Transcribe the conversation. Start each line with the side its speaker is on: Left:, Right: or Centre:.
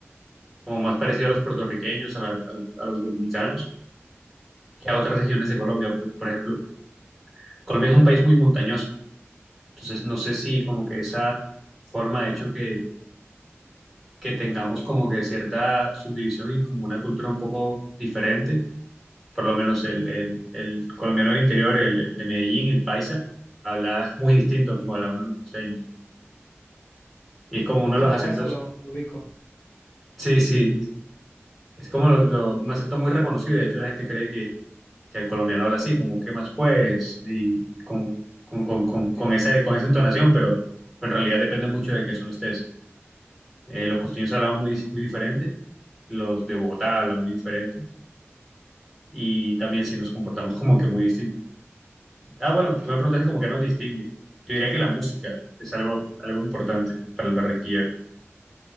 Centre: como más parecido a los puertorriqueños, a, la- a los, a los dominicanos, que a otras regiones de Colombia. Por, por ejemplo, Colombia es un país muy montañoso, entonces no sé si como que esa forma ha hecho que, que tengamos
Left: Tenem-
Centre: como que cierta subdivisión y como una cultura un poco diferente por lo menos el, el- el colombiano del interior, el, el de Medellín, el paisa, habla <laughs> muy distinto a como hablamos los costeños. Y es como
Left: El
Centre: uno
Left: tono
Centre: de los acentos,
Left: paisa lo, lo ubico.
Centre: sí, sí, es como lo- lo- un acento muy reconocido. De hecho, la gente cree que, que el colombiano habla así, como, ¿qué más pues? Y con, con, con, con, con
Left: Sí.
Centre: esa, con esa entonación, pero en realidad depende mucho de qué son estés. Eh, los costeños hablan muy, muy diferente, los de Bogotá hablan muy diferente, y también si nos comportamos <laughs> como que muy distinto. Ah, bueno, tú me preguntaste como que nos distingue. Yo diría que la música es
Left: Sí.
Centre: algo, algo importante para el barranquillero.